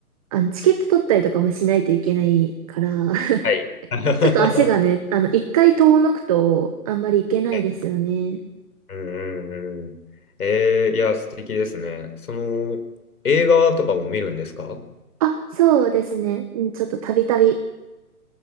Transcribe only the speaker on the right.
あのチケット取ったりとかもしないといけないから、<laughs>
ちょっと足がね、あの、一回遠のくと、あんまり行けないですよね。
あ、そうですね。うんちょっとたびたび。